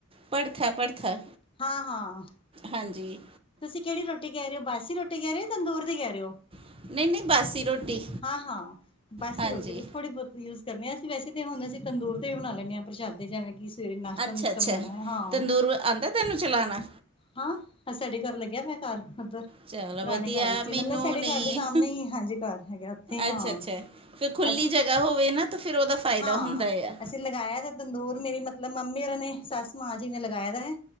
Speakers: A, on the right; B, on the left.
A: ਭੜਥਾ -ਭੜਥਾ
B: ਹਾਂ -ਹਾਂ।
A: ਹਾਂਜੀ।
B: ਤੁਸੀਂ ਕਿਹੜੀ ਰੋਟੀ ਕਹਿ ਰਹੇ ਹੋ, ਬਾਸੀ ਰੋਟੀ ਕਹਿ ਰਹੇ ਹੋ? ਤੰਦੂਰ ਦੀ ਕਹਿ ਰਹੇ ਹੋ?
A: ਨਹੀਂ ਨਹੀਂ ਬਾਸੀ ਰੋਟੀ
B: ਹਾਂ-ਹਾਂ, ਬਾਸੀ
A: ਹਾਂਜੀ
B: ਰੋਟੀ ਥੋੜ੍ਹੀ ਬਹੁਤ ਯੂਜ ਕਰਦੇ ਹਾਂ, ਅਸੀਂ ਵੈਸੇ ਤਾਂ ਹੁਣ ਅਸੀਂ ਤੰਦੂਰ ਤੇ ਵੀ ਬਣਾ ਲੈਂਦੇ, ਪ੍ਰਸ਼ਾਦ ਜਿਵੇਂ ਕਿ ਸਵੇਰੇ ਨਾਸ਼ਤਾ-
A: ਅੱਛਾ
B: ਨੁਸ਼ਤਾ,
A: ਅੱਛਾ
B: ਬਣਾਉਣਾ ਹੈ, ਹਾਂ।
A: ਤੰਦੂਰ ਆਉਂਦਾ, ਤਾਨੂੰ ਚਲਾਣਾ?
B: ਹਾਂ, ਸਾਡੇ ਘਰ ਲੱਗਿਆ ਪਇਆ, ਘਰ ਉੱਧਰ
A: ਚਲੋ
B: ਪੁਰਾਣੇ
A: ਵਧੀਆ
B: ਘਰ ਚ,
A: ਮੈਨੂੰ
B: ਮਤਲਬ ਸਾਡੇ
A: ਨਹੀਂ
B: ਘਰ ਦੇ ਸਾਹਮਣੇ ਹੀ, ਹਾਂਜੀ ਘਰ ਹੈਗਾ, ਉੱਥੇ ਹੀ ਹਾਂ।
A: ਅੱਛਾ ਅੱਛਾ ਫਿਰ ਖੁੱਲੀ
B: ਅਸੀਂ
A: ਜਗ੍ਹਾ ਹੋਵੇ ਨਾ, ਤਾਂ ਫੇਰ ਉਹਦਾ ਫਾਇਦਾ
B: ਹਾਂ
A: ਹੁੰਦਾ ਆ।
B: ਅਸੀਂ ਲਗਾਇਆ ਤਾਂ ਤੰਦੂਰ ਮੇਰੀ ਮਤਲਬ, ਮੰਮੀ ਉਹਰਾਂ ਨੇ ਸੱਸ ਮਾਂ ਜੀ ਨੇ, ਲਗਾਇਆ ਦਾ ਹੈ